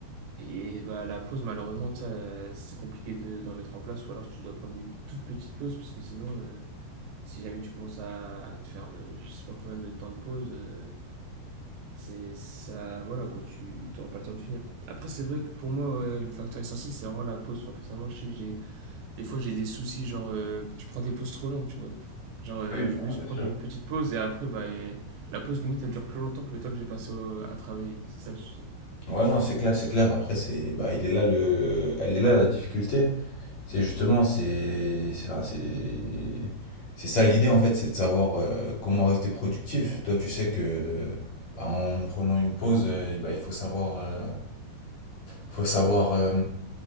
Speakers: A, on the right (about 80°); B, on the left (about 40°).
A: Et bah, la pause, malheureusement, tu sais, euh, c'est compliqué de- d'en mettre en place, ou alors tu dois prendre des toutes petites pauses parce que sinon. euh, si jamais tu commences à, à te faire euh, je sais pas combien de temps de pause, euh, c'est ça, voilà quoi, tu n'auras pas le temps de finir. Après, c'est vrai que pour moi, ouais, le facteur essentiel, c'est vraiment la pause. Enfin, personnellement, je sais que j'ai des fois j'ai des soucis, genre euh, je prends des pauses trop longues, tu vois. Genre, euh,
B: Ah oui,
A: je
B: bah,
A: veux juste
B: bien
A: prendre
B: sûr.
A: une petite pause et après, bah, et la pause limite elle dure plus longtemps que le temps que j'ai passé au- à travailler, c'est ça le souci.
B: Ouais, non, c'est clair, c'est clair. Après, c'est, bah, il est là le, elle est là la difficulté. C'est justement, c'est c'est enfin, c'est- c'est ça l'idée en fait, c'est de savoir euh, comment rester productif. Toi, tu sais que bah, en prenant une pause, euh, bah, il faut savoir, euh, faut savoir euh,